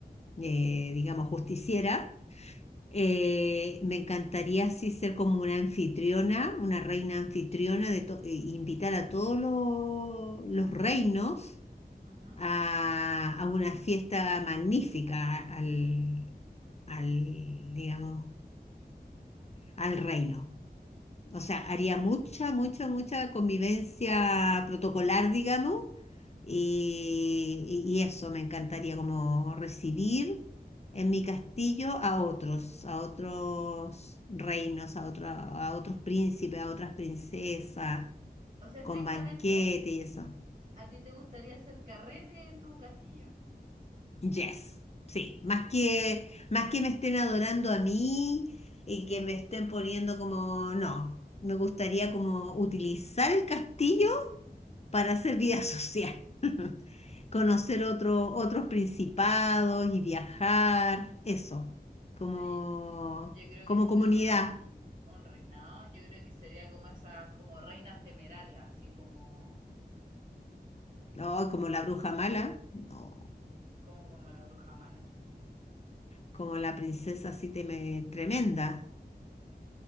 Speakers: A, on the left (about 40°); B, on the right (about 30°).
A: eh, digamos, justiciera, Eh,
B: Ujú,
A: me encantaría así ser como una anfitriona, una reina anfitriona, de to- e invitar a todos lo- los reinos
B: ujú.
A: a, a una fiesta magnífica al, al, digamos, al reino. O sea, haría mucha, mucha, mucha convivencia protocolar, digamos, y, y- y eso me encantaría, como recibir en mi castillo a otros, a otros
B: O,
A: reinos, a, otra- a otros príncipes, a otras princesas,
B: o sea, estrictamente,
A: con banquete y eso.
B: ¿a ti te gustaría hacer carrete en tu castillo?
A: Yes, sí, más que, más que me estén adorando a mí y
B: Mm.
A: que me estén poniendo como, no, me gustaría como utilizar el castillo para hacer vida social, <laughs> conocer otro, otros principados y viajar, eso, como,
B: Eh, Yo creo
A: como
B: que si
A: comunidad,
B: tuviera un, un reinado, yo creo que sería como esas como reinas temerarias, así como,
A: no, como la bruja mala, no,
B: como, como la bruja mala.
A: como la princesa así teme- tremenda,